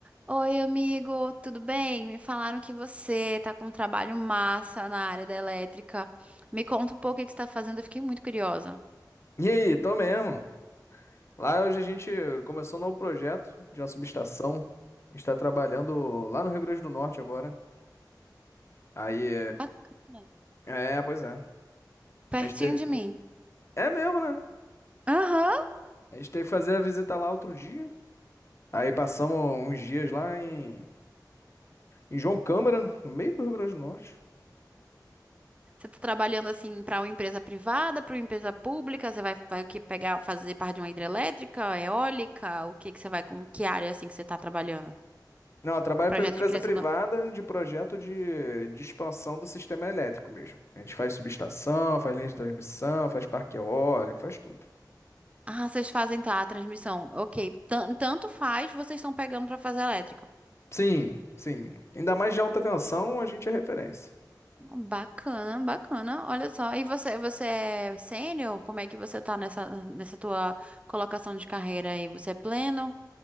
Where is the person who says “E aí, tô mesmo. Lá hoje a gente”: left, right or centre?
Left